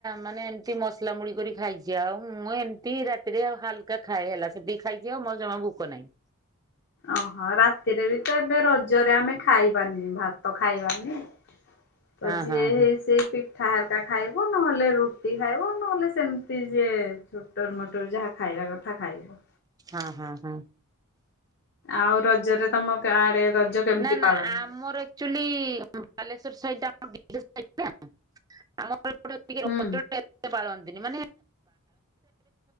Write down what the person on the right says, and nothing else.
ମାନେ ଏମିତି ମସଲା ମୁଡି କରି ଖାଇଛି ଆଉ ମୁଁ ଏମିତି ରାତିରେ ହାଲକା ଖାଏ ହେଲା। ସେତିକି ଖାଇଛିି ଆଉ ମତେ ଜମା ଭୋକ ନାହିଁ।
ହଁ
ହଁ ହଁ
ହଁ ହଁ ହଁ।
ନା ନା
ଆମର
ଆକ୍ଚୁଆଲି ବାଲେଶ୍ୱର ସାଇଟ ଟା ଆମ <unintelligible>
ତିନି ଦିନ